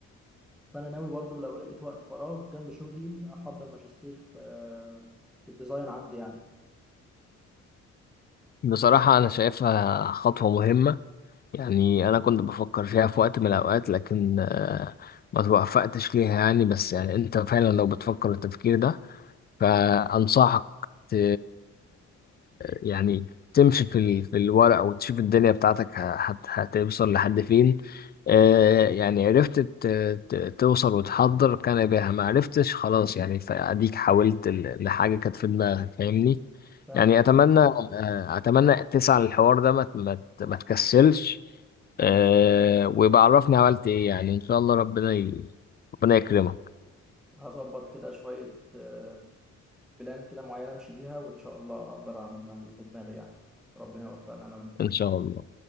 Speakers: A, in the centre; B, on the left (about 35°).
A: فانا ناوي برضو لو لقيت وقت فراغ جنب شغلي احضر ماجستير في آه، في الديزاين عندي يعني
B: بصراحة انا شايفها خطوة مهمة يعني انا كنت بفكر فيها في وقت من الاوقات لكن آه، ما توفقتش ليها يعني بس يعني انت فعلا لو بتفكر التفكير ده فأنصحك ت... يعني تمشي في ال... في الورق وتشوف الدنيا بتاعتك ه- هت... هتوصل لحد فين آه، يعني عرفت ت... ت... توصل وتحضر كان بها ما عرفتش خلاص يعني فأديك حاولت ل... لحاجة كانت في دماغك فاهمني
A: فاهمك
B: يعني أتمنى
A: اه
B: آه، أتمنى تسعى للحوار ده ما ت- ما ت- ما تكسلش آه، ويبقى عرفني عملت إيه يعني إن شاء الله ربنا ي... ربنا يكرمك
A: هظبط كده شوية آه، بلان كده معينة امشي بيها وان شاء الله اقدر اعمل اللي في دماغي يعني ربنا يوفقنا انا وانت
B: إن شاء الله